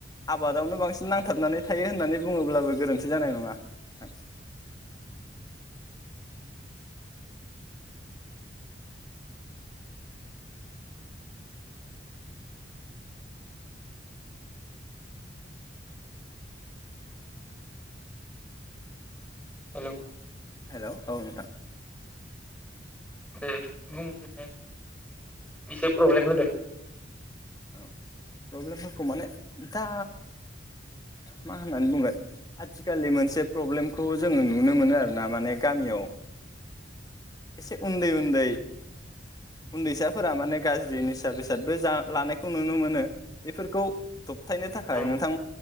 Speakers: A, on the left (about 20°); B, in the centre.
A: आबादावनो बांसिन नांथाबनानै थायो होननानै बुङोब्लाबो गोरोन्थि जानाय नङा नोंथां
B: हेलौ
A: हेलौ औ नोंथां
B: दे बुं <unintelligible> एसे प्रब्लेम होदो
A: औ प्रब्लेमफोरखौ माने <unintelligible> दा मा होननानै बुंगोन आथिखालनि मोनसे प्रब्लेमखौ जोङो नुनो मोनो आरोना माने गामियाव एसे उन्दै उन्दै उन्दैसाफोरा माने गाज्रि निसा बेसादबो जा लानायखौ नुनो मोनो इफोरखौ दबथायनो थाखाय
B: औ
A: नोंथां